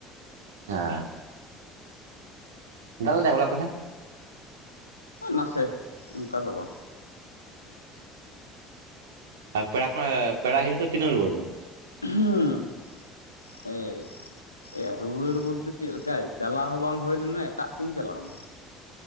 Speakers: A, on the right; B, on the left.
A: ᱦᱮᱸ ᱫᱟ ᱞᱮᱫᱟ ᱦᱚᱞᱟ ᱟᱯᱮ ᱥᱮᱱ
B: ᱱᱟᱥᱮ ᱚᱱᱠᱟ ᱫᱚ ᱵᱟᱝ
A: ᱟᱨ ᱯᱮᱲᱟ ᱠᱚ ᱯᱮᱲᱟ ᱦᱤᱨᱤ ᱠᱷᱚᱱ ᱛᱤᱨᱮᱢ ᱨᱩᱣᱟᱹᱲ ᱮᱱᱟ
B: ᱦᱩᱸ ᱦᱮ᱾ ᱮᱭᱟ ᱨᱩᱣᱟᱹᱲ ᱵᱚᱞᱛᱮ ᱪᱮᱜ ᱞᱮᱠᱟ ᱪᱟᱞᱟᱣ ᱦᱚᱸ ᱵᱟᱝ ᱦᱳᱭ ᱞᱮᱱᱟ ᱮᱴᱟᱜ ᱥᱮᱫ ᱤᱧ ᱪᱟᱞᱟᱣ ᱱᱟ᱾